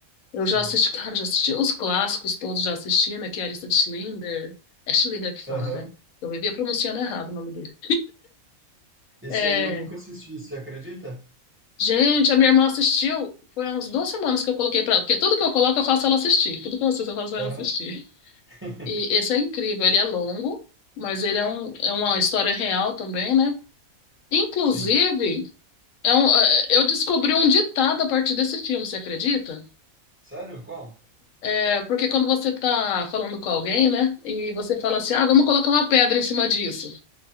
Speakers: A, on the left; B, on the right.
A: Eu
B: Sim.
A: já assisti, <laughs> cara, já assisti os clássicos todos, já assisti, né? Que é a lista de Schindler. É Schindler que fala,
B: Aham.
A: né? Eu vivia pronunciando errado o nome dele.
B: Esse
A: É,
B: aí eu nunca assisti, você acredita?
A: gente, a minha irmã assistiu. Foi há uns duas semanas que eu coloquei pra ela. Porque tudo que eu coloco, eu faço ela assistir. Tudo que eu assisto, eu faço ela
B: Aham.
A: assistir.
B: <laughs>
A: E esse é incrível. Ele é longo, mas ele é, um, é uma história real também, né? Inclusive,
B: Sim.
A: é um, é- eu descobri um ditado a partir desse filme, você acredita?
B: Sério? Qual?
A: É, porque quando você está falando com alguém, né, e você fala assim, ah, vamos colocar uma pedra em cima disso,